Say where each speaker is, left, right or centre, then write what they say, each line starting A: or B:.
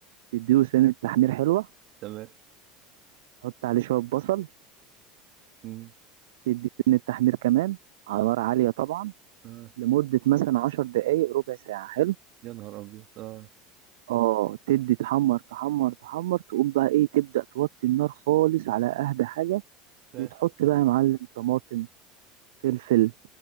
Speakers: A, on the right; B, on the right.
A: تديله سنة تحمير حلوة
B: تمام
A: تحط عليه شوية بصل
B: مم.
A: تدي سنة تحمير كمان على نار عالية طبعا
B: اه
A: لمدة مثلا عشر دقايق ربع ساعة حلو
B: يا نهار ابيض اه
A: اه تدي تحمر تحمر تحمر تقوم بقى ايه تبدأ توطي النار خالص على أهدى حاجة
B: فاهم
A: وتحط بقى يا معلم طماطم فلفل